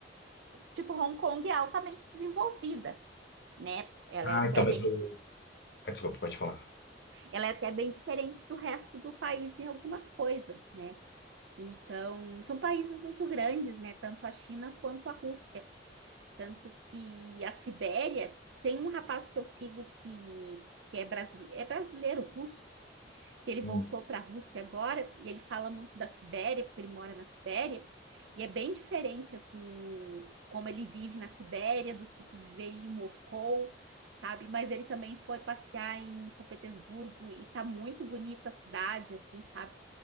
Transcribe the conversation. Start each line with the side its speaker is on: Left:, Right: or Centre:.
Right: Tipo, Hong Kong é altamente desenvolvida, né? Ela
Left: Ah,
Right: é até
Left: então, mas
Right: bem,
Left: o... ah, Desculpa, pode falar.
Right: ela é até bem diferente do resto do país em algumas coisas, né? Então, são países muito grandes, né? Tanto a China quanto a Rússia. Tanto que a Sibéria tem um rapaz que eu sigo que, que é, brasile... é brasileiro russo, que ele voltou
Left: Hum.
Right: para a Rússia agora, e ele fala muito da Sibéria, porque ele mora na Sibéria, e é bem diferente assim o... como ele vive na Sibéria do que tu viver em Moscou, sabe? Mas ele também foi passear em São Petersburgo e tá muito bonita a cidade, assim, sabe?